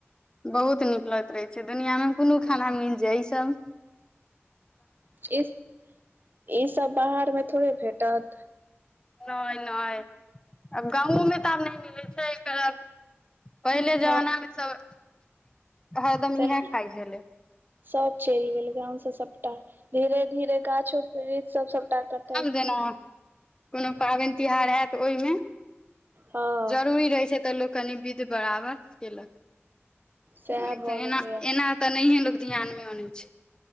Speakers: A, on the left; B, on the right.
A: बहुत नीक लगे रहै छै दुनिआँ में कोनो खाना मिल जाय ई सभ
B: इस ई सब बाहर में थोड़े भेटत
A: नैय नैय आब गाँवो में तऽ आब नहि मिलै छै एकर पहिले जमाना
B: हँ
A: मे ई सब हरदम
B: सैह
A: इहे खाइ छलै
B: सब चलि गेल गांव से सबटा धीरे धीरे गाछो वृक्ष सब सबटा कटै
A: केना कोनो पाबनि तिहार होयत ओहिमे
B: हँ
A: जरूरी रहैय छै तऽ लोक कनि विध बराबर केलक
B: सएह
A: नहि
B: भऽ
A: त एना
B: गेलैये
A: एना तऽ नहिये लोग ध्यान में अनै छै